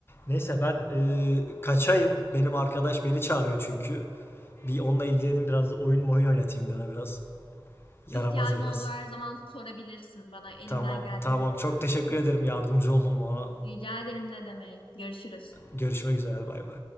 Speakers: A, on the left (about 25°); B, on the left (about 90°).
A: Neyse ben e, kaçayım. Benim arkadaş beni çağırıyor çünkü. Bir onunla ilgileneyim biraz da oyun mu oyun oynatayım bir ona biraz.
B: <laughs>
A: Yaramaz
B: İhtiyacın
A: biraz.
B: olduğu her zaman sorabilirsin bana. Elimden
A: Tamam,
B: geldiğince
A: tamam.
B: de
A: Çok
B: yardımcı
A: teşekkür
B: olurum.
A: ederim. Yardımcı oldun bana.
B: Rica ederim ne demek. Görüşürüz.
A: Görüşmek üzere. Bay bay.